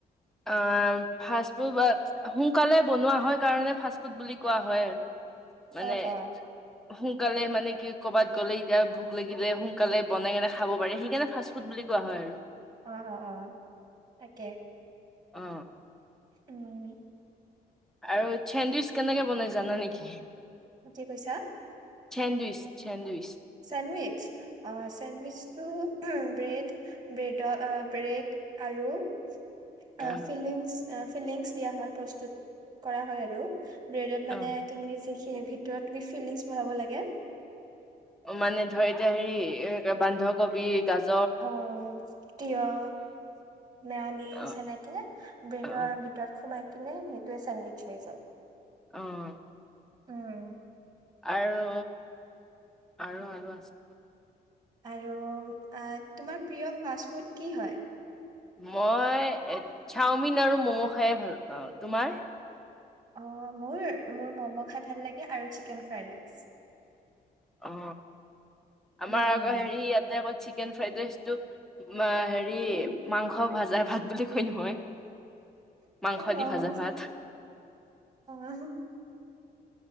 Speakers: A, in the centre; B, on the right.
A: অ ফাষ্ট ফুড বা সোনকালে বনোৱা হয় কাৰণে ফাষ্ট ফুড বুলি কোৱা হয় আৰু মানে
B: অ অ।
A: সো সোনকালে মানে কি ক'ৰবাত গ'লে এতিয়া ভোক লাগিলে সোনকালে বনাই কেনে খাব পাৰে সেইকাৰণে ফাষ্ট ফুড বুলি কোৱা হয় আৰু
B: অ অ অ তাকে
A: অ
B: উম
A: আৰু চেনদিচ কেনেকে বনাই জানা নেকি
B: কি কৈছা
A: চেন্দুছ চেন্দুৱছ
B: চেণ্ডৱচ অ চেণ্ডৱচটো উও ব্ৰেড ব্ৰেডদৰ ব্ৰেড আৰু অ
A: অ',
B: ফিলিংছ অহ ফিলিংছ দিয়া হয় প্ৰস্তুত কৰা হয় আৰু ব্ৰেডত
A: অ',
B: মানে তুমি যি সি ভিতৰত তুমি চিলিংছ ভৰাব লাগে
A: মানে ধৰ এতিয়া হেৰি বান্ধকবি গছ
B: অ তিঁয়হ মেৰানী
A: অ
B: চেনেকে ব্ৰেডৰ
A: অ
B: ভিতৰত সোমাই কি নে সেই তোয়ে চেনবি হয় য়ায়
A: আহ
B: উম
A: আৰু আৰু আৰু আছে
B: আৰু তোমাৰ প্ৰিয় ফাষ্ট ফুড কি হয়
A: মই চাওমিন আৰু মম' খাইে ভাল পাওঁ তোমাৰ
B: অ মোৰ মোৰ মম' খাই ভাল লাগে আৰু চিকেন ফ্ৰাইড ৰাইচ
A: অ আমাৰ
B: উম,
A: আকৌ হেৰি ইয়াতে চি চিকেন ফ্ৰাইড ৰাইছটো অ হেৰি
B: উম,
A: মাংস ভাজা ভাত বুলি কয় নহয় মাংস
B: হু
A: দি
B: আহ
A: ভাজা ভাত
B: আহ